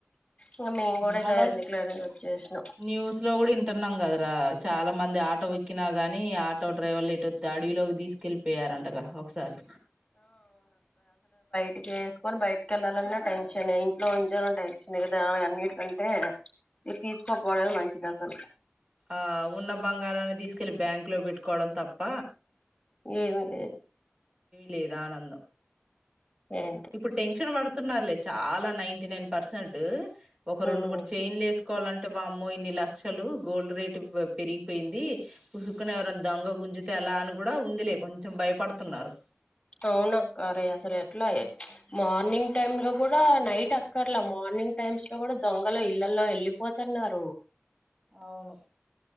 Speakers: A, on the left; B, on the right.
A: ఇంగ మేము కూడా
B: మనం
A: ఇగ ఎందుకులేని వచ్చేసినాం
B: న్యూస్ లో కూడా ఇంటనామ్ కదా ఆ చాలా మంది ఆటో విక్కినా కాని ఆటో డ్రైవర్ లేటొతే అడవిలోకి తీసుకెళ్ళి పోయారంటగా ఒకసారి
A: ఇక ఏసుకొని బయటికి వెళ్ళాలన్నా టెన్షనే ఇంట్లో ఉంచిన టెన్షనే కదా అ అన్నిటికంటే ఇది తీసుకోకపోవడమే మంచిది అసలు
B: ఆ ఉన్న బంగారాన్ని తీసుకెళ్ళి బ్యాంక్ లో పెట్టుకోవడం తప్ప
A: ఏమిలేదు
B: లేదాఆనందం
A: ఏంటో
B: ఇప్పుడు టెన్షన్ పడు తున్నారులే చాలా నైన్టీ నైన్ పర్సెంటు ఒక రెండు
A: ఉమ్
B: మూడు చైన్లు వేసుకోవాలంటే వామ్మో ఇన్ని లా లక్షలు గోల్డ్ రేట్ పెరిగిపోయింది పుసుక్కుని ఎవరైనా దొంగ గుంజుతే అలా అని కూడా ఉందిలే కొంచెం భయపడు తిన్నారు
A: అవునక్కారు అసలు ఎట్లా మార్నింగ్ టైమ్ లో కూడా నైట్ అక్కర్లా మార్నింగ్ టైమ్స్ లో కూడా దొంగలు ఇళ్లల్లో ఎళ్ళిపోతున్నారు
B: అవును